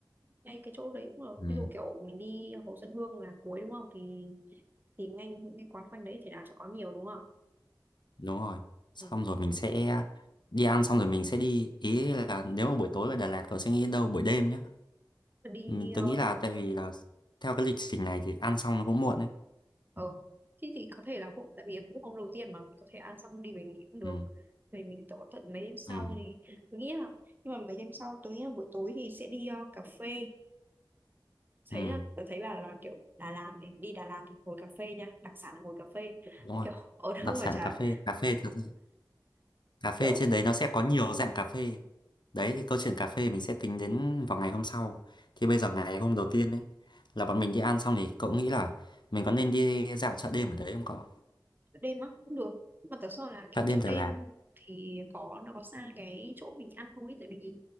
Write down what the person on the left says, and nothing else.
ừ,
đúng rồi xong
rồi mình sẽ đi ăn xong rồi mình sẽ đi ý là nếu mà buổi tối ở Đà Lạt cậu sẽ nghĩ đến đâu buổi đêm nhá
mình tớ
nghĩ là tại vì là theo cái lịch trình này thì ăn xong nó cũng muộn ấy
ừ,
ừ,
ừ,
đúng rồi
đặc
sản
cà phê cà phê thật cà phê
trên đấy nó sẽ có nhiều dạng cà phê đấy thì câu chuyện cà phê mình sẽ tính đến vào ngày hôm sau thì bây giờ ngày hôm đầu tiên ấy là bọn mình đi ăn xong thì cậu nghĩ là mình có nên đi dạo chợ đêm ở đấy không cậu
chợ đêm
Đà Lạt